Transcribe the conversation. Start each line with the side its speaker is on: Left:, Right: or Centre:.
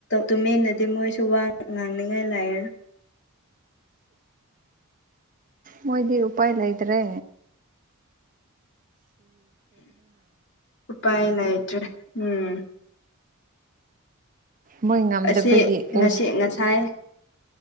Left: ꯇꯨꯃꯤꯟꯅꯗꯤ ꯃꯣꯏꯁꯨ ꯋꯥ ꯉꯥꯡꯅꯤꯡꯉꯥꯏ ꯂꯩꯔꯔꯣꯏ
Right: ꯃꯣꯏꯗꯤ ꯎꯄꯥꯏ ꯂꯩꯇꯔꯦ
Left: ꯎꯄꯥꯏ ꯂꯩꯇ꯭ꯔꯦ ꯎꯝ
Right: ꯃꯣꯏ ꯉꯝꯗꯕꯒꯤ
Left: ꯑꯁꯤ
Right: ꯄꯣꯁ
Left: ꯉꯁꯤ ꯉꯁꯥꯏ